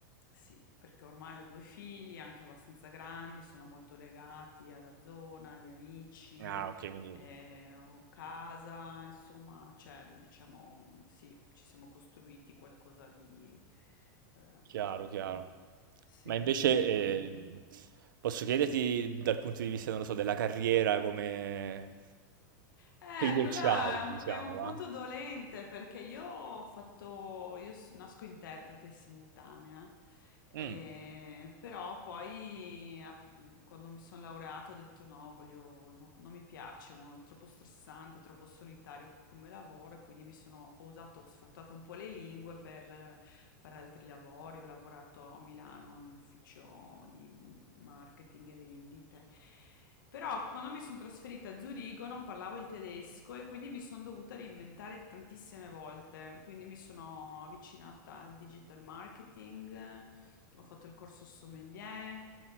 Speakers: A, on the left (about 80°); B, on the right (about 80°).
A: sì, perché ormai ho due figli, anche abbastanza grandi, sono molto legati alla zona, agli amici
B: Ah, ok, quindi
A: eh, o casa, insomma, cioè, diciamo, sì, ci siamo costruiti qualcosa di, eh,
B: chiaro, chiaro.
A: sì,
B: Ma invece
A: che, che di
B: ehm, posso chiederti dal punto di vista, non lo so, della carriera, come
A: Eh,
B: che idee
A: quella
B: c'hai,
A: è un,
B: diciamo,
A: è un
B: va?
A: punto dolente perché io ho fatto, io s- nasco interprete simultanea,
B: Mm,
A: eh, però poi av- quando mi sono laureato ho detto no, voglio, no, non mi piace, è troppo stressante, è troppo solitario come lavoro e quindi mi sono ho usato, ho sfruttato un po' le lingue per eh, fare altri lavori, ho lavorato a Milano in un ufficio di marketing e vendite. Però quando mi sono trasferita a Zurigo non parlavo il tedesco e quindi mi sono dovuta reinventare tantissime volte. Quindi mi sono avvicinata al digital marketing, ho fatto il corso sommelier,